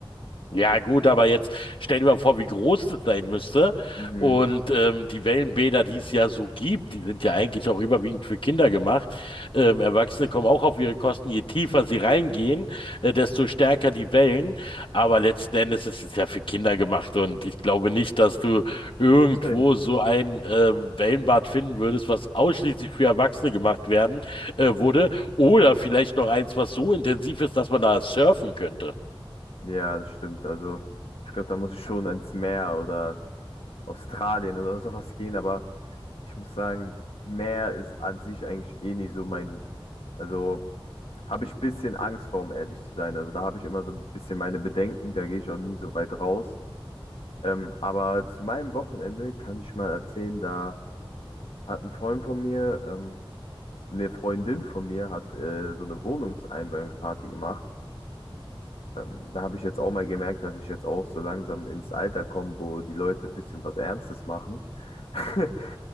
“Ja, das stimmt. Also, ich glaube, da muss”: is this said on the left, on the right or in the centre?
Left